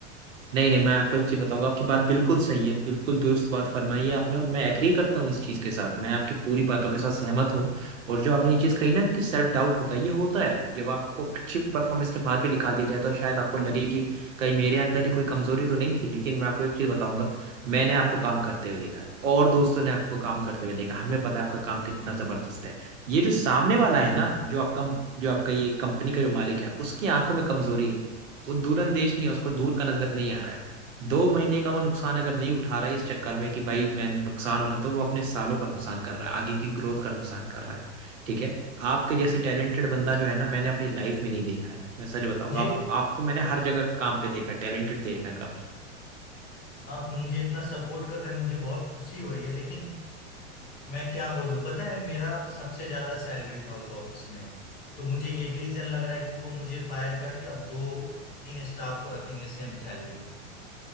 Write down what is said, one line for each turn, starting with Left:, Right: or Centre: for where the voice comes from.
Right: नहीं नहीं मैं आपको एक चीज बताऊंगा आपकी बात बिल्कुल सही है बिल्कुल दुरुस्त बात फरमाई है आपने और मैं एग्री करता हूँ इस चीज के साथ मैं आपकी पूरी बातों के साथ सहमत हूँ और जो आपने ये चीज कही ना कि सेल्फ डाउट होता है ये होता है जब आपको अच्छी परफॉर्मेंस के बाद भी निकाल दिया जाए तो शायद आपको लगे कि कहीं मेरे अंदर ही कोई कमजोरी तो नहीं थी लेकिन मैं आपको एक चीज बताऊंगा मैंने आपको काम करते हुए देखा है और दोस्तों ने आपको काम करते हुए देखा हमें पता है आपका काम कितना जबरदस्त है ये जो सामने वाला है ना जो आपका जो आपका ये कंपनी का जो मालिक है उसकी आंखों में कमजोरी है वो दूरंदेश नहीं है उसको दूर का नजर नहीं आ रहा है दो महीने का वो नुकसान अगर नहीं उठा रहा है इस चक्कर में कि भाई मैं नुकसान हो रहा है तो वो अपने सालों का नुकसान कर रहा है आगे की ग्रोथ का नुकसान कर रहा है ठीक है आपके जैसे टैलेंटेड बंदा जो है ना मैंने अपनी लाइफ में नहीं देखा है मैं सच बताऊंगा
Left: मुझे
Right: आप, आपको मैंने हर जगह काम पे देखा है टैलेंटेड देखा है काफी
Left: आप मुझे इतना सपोर्ट कर रहे हैं मुझे बहुत खुशी हो रही है लेकिन मैं क्या बोलूं पता है मेरा सबसे ज्यादा सैलरी था उस ऑफिस में तो मुझे ये भी रीजन लग रहा है कि वो मुझे फायर करके अब दो तीन स्टाफ को रखेंगे सेम सैलरी पे